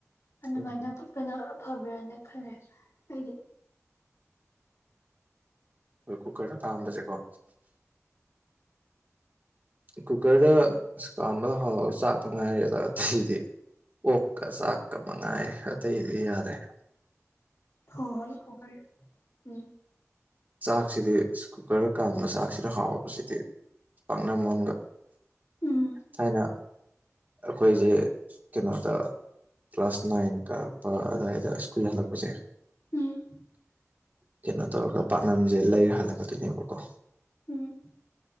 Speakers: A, on the left; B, on the right.
A: ꯑꯗꯨꯃꯥꯏꯅ
B: ꯍꯣꯏ ꯍꯣꯏ
A: ꯄꯠꯄꯗ ꯐꯕ꯭ꯔꯅ ꯈꯪꯉꯦ ꯑꯩꯗꯤ
B: ꯑꯩ ꯀꯨꯀꯔꯗ ꯀꯥꯝꯕ ꯆꯦ ꯀꯣ ꯀꯨꯀꯔꯗ ꯀꯥꯝꯕꯗ ꯍꯥꯎꯔ ꯆꯥꯛ ꯃꯉꯥꯏꯔꯦ ꯑꯗ ꯑꯇꯩꯗꯤ ꯑꯣꯛꯀ ꯆꯥꯛꯀ ꯃꯉꯥꯏ ꯑꯇꯩꯗꯤ ꯌꯥꯔꯦ
A: ꯍ ꯍꯣꯏ ꯀꯣꯈ ꯎꯝ
B: ꯆꯥꯛꯁꯤꯗꯤ ꯀꯨꯀꯔꯗ ꯀꯥꯝꯕ ꯆꯥꯛꯁꯤꯗ ꯍꯥꯎꯕꯁꯤꯗꯤ ꯄꯥꯛꯅꯝ ꯑ
A: ꯎꯝ
B: ꯍꯥꯏꯥꯏꯅ ꯑꯩꯈꯣꯏꯁꯦ ꯀꯩꯅꯣꯗ ꯀ꯭ꯂꯥꯁ ꯅꯥꯏꯟ ꯀꯥꯔꯛꯄ ꯑꯗꯨꯗꯥꯋꯥꯏꯗ ꯁ꯭ꯀꯨꯜ ꯍꯜꯂꯛꯄꯁꯦ
A: ꯎꯝ
B: ꯀꯩꯅꯣ ꯇꯧꯔꯒ ꯄꯥꯛꯅꯝꯁꯦ ꯂꯩꯔ ꯍꯜꯂꯛꯀꯗꯣꯏꯅꯦꯕꯀꯣ
A: ꯎꯝ